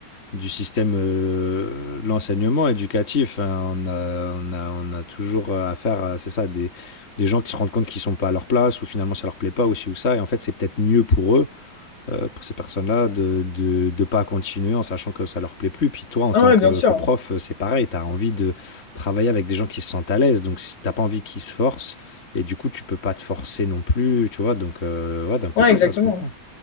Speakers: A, on the left; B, on the left.
A: du système euh, de l'enseignement éducatif. hein. On a, on a, on a toujours euh, affaire à, c'est ça, des, des gens qui se rendent compte qu'ils sont pas à leur place ou finalement ça leur plaît pas ou ci ou ça. Et en fait, c'est peut-être mieux pour eux euh, pour ces personnes-là de de de pas continuer en sachant que ça leur plaît plus. Puis
B: <laughs>
A: toi, en
B: ah
A: tant
B: ouais,
A: que,
B: bien sûr.
A: que prof, euh, c'est pareil, tu as envie de travailler avec des gens qui se sentent à l'aise. Donc, si t'as pas envie qu'ils se forcent, et du coup, tu peux pas te forcer non plus, tu vois. Donc, euh, ouais, d'un côté,
B: Ouais, exactement.
A: ça se comprend.